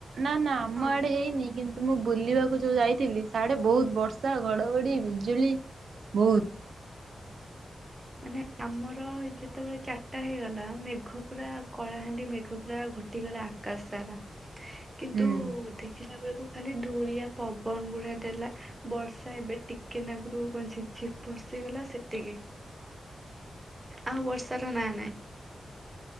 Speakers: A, on the right; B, on the right.
A: ନା ନା
B: ହଁ
A: ଆମ ଆଡେ ହେଇନି କିନ୍ତୁ ତ ମୁଁ ବୁଲିବାକୁ ଯୋଉ ଯାଇଥିଲି ସାଡେ ବହୁତ ବର୍ଷା ଘଡଘଡି ବିଜୁଳି ବହୁତ।
B: ମାନେ ଆମର ଯେତେବେଳେ ଚାରଟା ହେଇଗଲା ମେଘ ପୁରା କଳାହାଣ୍ଡି ମେଘ ପୁରା ଘୋଟ ଟି ଗଲା ଆକାଶ ସାରା। କିନ୍ତୁ
A: ହୁଁ।
B: ଦେଖିଲା ବେଳକୁ ଖାଲି ଧୂଳିଆ ପବନ ଗୁଡା ଦେଲା ବର୍ଷା ଏବେ ଟିକେ ନାଗରୁ ଝିପ୍ ଝିପ୍ ବର୍ସିିଗଲା ସେତିକି। ଆଉ ବର୍ଷାର ନାଁ ନାହିଁ।